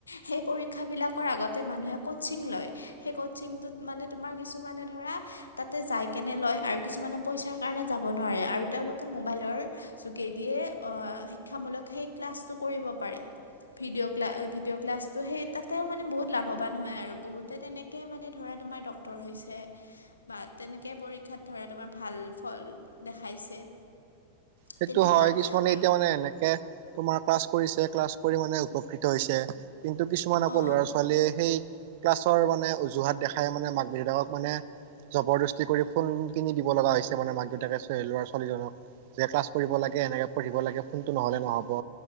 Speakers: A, on the left (about 75°); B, on the right (about 50°).
A: সেই পৰীক্ষাবিলাকৰ আগতে মানুহে ক'চিং লয়। সেই কচিংটোত মানে তোমাৰ কিছুমানে ধৰা। তাতে যাই কেনে লয় আৰু কিছুমানে পইচাৰ কাৰণে যাব নোৱাৰে আৰু তেওঁলোকে মোবাইলৰ। যোগেদিয়ে অ শিক্ষামূলক সেই ক্লাছটো কৰিব পাৰে। ভিডিঅ' ক্লা ভিডিঅ' ক্লাছটো সেই তাতেও মানে বহুত লাভৱান হয় আৰু বহুতে তেনেকে মানে ধৰা তোমাৰ ড। টৰ হৈছে। বা তেনেকে পৰীক্ষাত ধৰা তোমাৰ ভাল ফল দেখাইছে।
B: সেইটো
A: তেনেকুৱা
B: হয় কিছুমানে
A: আ-
B: এতিয়া মানে এনে। কে তোমাৰ ক্লাছ কৰিছে ক্লাছ কৰি মানে উপকৃত হৈছে কিন্তু কিছুমান আকৌ
A: অঁ
B: ল'ৰা ছ। ছোৱালীয়ে সেই ক্লাছৰ মানে অজুহাত দেখাই মানে মাক দেউতাকক মানে। জবৰদস্তি কৰি ফুন কিনি দিব লগা হৈছে মানে মাক দেউতাকে ল'ৰা ছোৱালীজনক। যে ক্লাছ কৰিব লাগে এনেকে পঢ়িব লাগে ফোনটো নহলে নহব।